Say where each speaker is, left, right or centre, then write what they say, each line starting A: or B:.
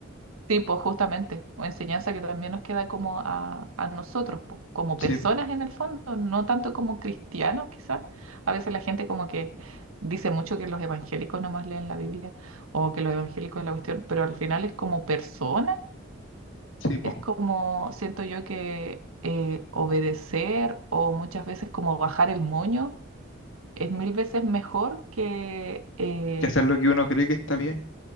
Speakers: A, on the right; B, on the left.
A: Sí, pues justamente, o enseñanza que también nos queda como a, a nosotros, po, como
B: Sí,
A: personas
B: po.
A: en el fondo, no tanto como cristianos quizás. A veces la gente como que dice mucho que los evangélicos nomás leen la Biblia o que los evangélicos es la cuestión, pero al final es como persona,
B: Sí, po.
A: es como siento yo que eh, obedecer o muchas veces como bajar el moño es mil veces mejor que, eh,
B: Que hacer lo que uno cree que está bien.